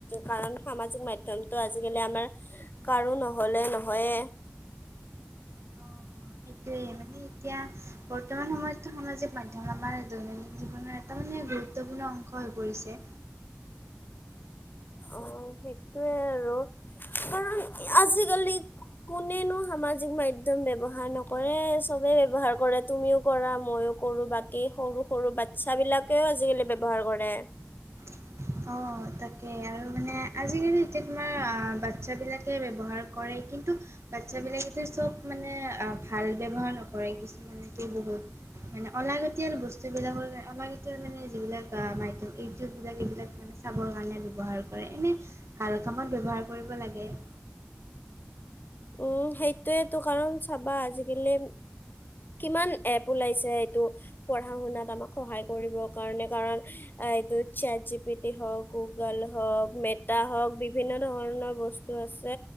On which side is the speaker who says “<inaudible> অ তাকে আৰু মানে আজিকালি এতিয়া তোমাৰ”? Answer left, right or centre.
Right